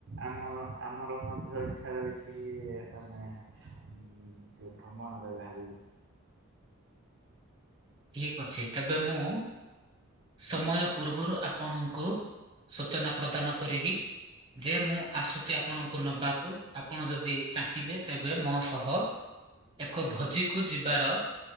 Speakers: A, on the right (about 55°); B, on the right (about 25°).
A: ଆମ ଆମର ମଧ୍ୟ ଇଚ୍ଛା ରହିଛି କି ଆମେ। ହୁଁ ଟିକେ ଭ୍ରମଣରେ ବାହାରିବୁ।
B: ଠିକ ଅଛି ତେବେ ମୁଁ। ସମୟ ପୂର୍ବରୁ ଆପଣଙ୍କୁ ସୂଚନା ପ୍ରଦାନ କରିବି। ଯେ ମୁଁ ଆସୁଛି ଆପଣଙ୍କୁ ନବାକୁ ଆପଣ ଯଦି ଚାହିଁବେ ତେବେ ମୋ ସହ। ଏକ ଭୋଜି କୁ ଯିବାର